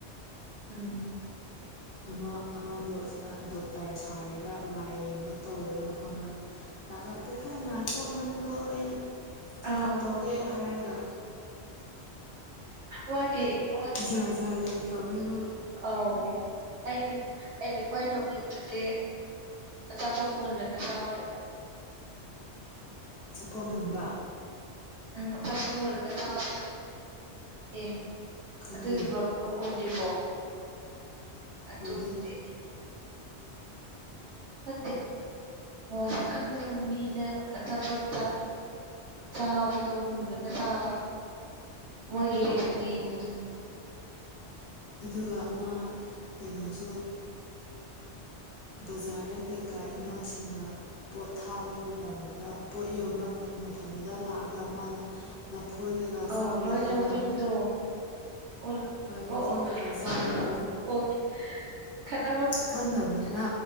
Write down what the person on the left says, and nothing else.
ꯑꯃ ꯑꯃ ꯕ꯭ꯂꯣꯛꯁꯤꯅ ꯗꯣꯛꯇꯔ ꯁꯥꯔꯒ ꯂꯥꯏ ꯌꯦꯡꯕ ꯇꯧꯕꯗꯣ ꯈꯪꯕ꯭ꯔꯥ ꯂꯥꯛꯑꯒ ꯄꯨꯄꯨ ꯉꯥꯏꯈꯣ ꯅꯪꯗꯣ ꯑꯩ ꯆꯦꯛꯑꯞ
ꯇꯧꯒꯦ ꯍꯥꯏꯔꯒ
ꯖꯥꯠ ꯖꯥꯠ ꯌꯥꯝ ꯇꯧꯋꯦ ꯃꯥ
ꯆꯄꯣꯠ ꯃꯨꯟꯕ
ꯈꯪꯗꯦ
ꯎꯗꯦ
ꯑꯣ ꯑꯗꯨꯒ ꯑꯃ ꯀꯩꯅꯣꯁꯨ ꯕꯖꯥꯔꯗ ꯀꯩꯀꯥ ꯏꯃꯥꯁꯤꯡꯅ ꯄꯣꯠ ꯊꯥꯕ ꯃꯇꯝꯗ ꯄꯣꯠ ꯌꯣꯟꯕ ꯃꯐꯝꯗꯨꯗ ꯂꯥꯛꯑꯒ ꯃꯥꯅ ꯀꯩꯀꯥ
ꯆꯥꯕꯗꯣ
ꯈꯪꯕ꯭ꯔꯥ
ꯍꯣꯏ ꯂꯐꯣꯏ ꯀꯩꯀꯥ
ꯆꯥꯔꯒ
ꯈꯪꯅꯕꯅꯤꯅ